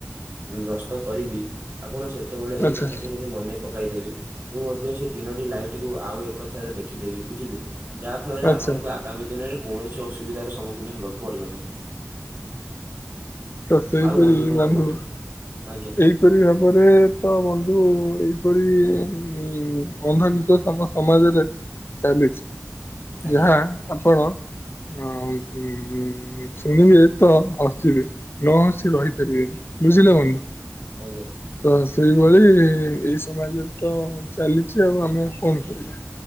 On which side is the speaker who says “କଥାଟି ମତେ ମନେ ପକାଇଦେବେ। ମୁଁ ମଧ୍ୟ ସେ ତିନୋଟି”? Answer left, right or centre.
Right